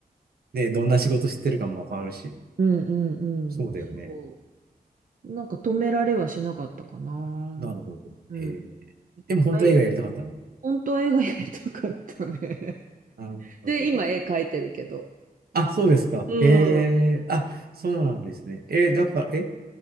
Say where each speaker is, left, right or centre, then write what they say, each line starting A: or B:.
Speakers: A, on the right; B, on the right.
A: ね、どんな仕事してるかもわかるし、
B: うん、うん、
A: そうだよね。
B: うん。そう。なんか止められはしなかったかな。
A: なるほど。
B: うん。
A: へえ。でも本当は映画やりたかったの
B: はい。本当は絵がやりたかったね。
A: なるほど。
B: <laughs> で、今絵描いてるけど。
A: あ、そうですか。
B: うん。
A: へえ。あ、そうなんですね。えーだから、え、